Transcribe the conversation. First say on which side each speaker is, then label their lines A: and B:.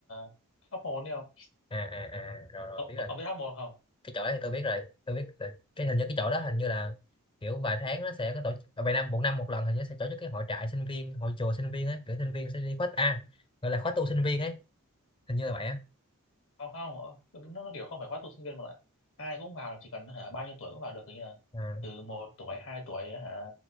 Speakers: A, on the left; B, on the left.
A: uh, Hóc Môn đấy không
B: à à, à. rồi rồi
A: ông,
B: biết rồi
A: ông biết Hóc Môn không
B: cái chỗ đó thì tôi biết rồi tôi biết rồi. cái hình như cái chỗ đó hình như là kiểu vài tháng nó sẽ có tổ chức à, vài năm một năm một lần hình như sẽ tổ chức cái hội trại sinh viên hội chùa sinh viên á kiểu sinh viên sẽ đi khóa a gọi là khóa tu sinh viên ấy hình như là vậy á
A: không không ờ, nó, nó kiểu không phải khóa tu sinh viên mà lại ai cũng vào chỉ cần hả bao nhiêu tuổi cũng vào được kiểu như là
B: à,
A: từ một tuổi hai tuổi hả